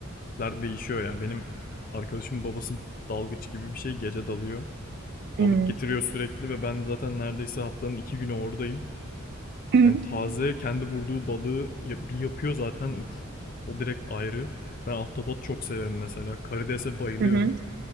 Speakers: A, on the left; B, on the right.
A: işler değişiyor ya. Benim arkadaşımın babası dalgıç gibi bir şey gece dalıyor.
B: Hmm.
A: Balık getiriyor sürekli ve ben zaten neredeyse haftanın iki günü oradayım.
B: Hı
A: Yani taze kendi vurduğu balığı ya- bir yapıyor zaten. Uf, o- o direkt ayrı. Ben ahtapot çok severim mesela. Karidese bayılıyorum.
B: hı,